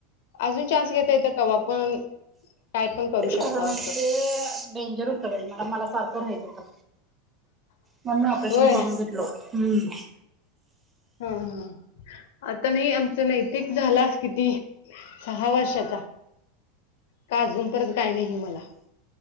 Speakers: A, on the left; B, on the right.
A: अजून चान्स घेता येत कवा पण काय पण करू शकता
B: खरं नाही
A: असं
B: ते डेंजर होत बाई सारखं राहित होत म्हणून मी ऑपरेशन
A: होय
B: करून घेत हम्म
A: हा, हा आता नाही आमच नैतिक झाला किती सहा वर्षाचा का अजून परत काही, नाही मला